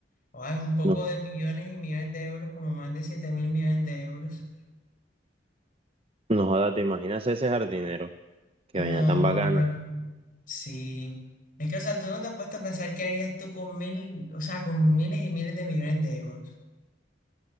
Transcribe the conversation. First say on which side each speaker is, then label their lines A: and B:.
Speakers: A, on the left; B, on the right.
A: Joda, es un poco
B: No,
A: de millones y millones de euros, como más de siete mil millones de euros.
B: no jodas, ¿te imaginas ese jardinero? Qué
A: Ah,
B: vaina tan bacana.
A: sí. Es que, o sea, tú no te has puesto a pensar qué harías tú con mil, o sea, con miles y miles de millones de euros.